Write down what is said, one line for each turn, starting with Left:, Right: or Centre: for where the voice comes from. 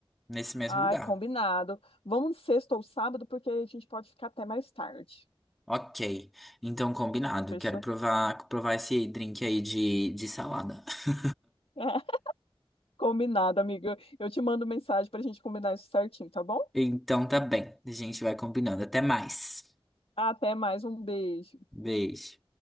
Centre: nesse mesmo
Left: Ai,
Centre: lugar.
Left: combinado. Vamos sexta ou sábado, porque a gente pode ficar até mais tarde.
Centre: Ok, então combinado,
Left: Fechou?
Centre: quero provar provar esse drink aí de, de salada. <laughs>
Left: <laughs> Combinado, amiga. Eu te mando mensagem para a gente combinar isso certinho, tá bom?
Centre: Então tá bem, a gente vai combinando, até mais.
Left: Até mais, um beijo.
Centre: Beijo.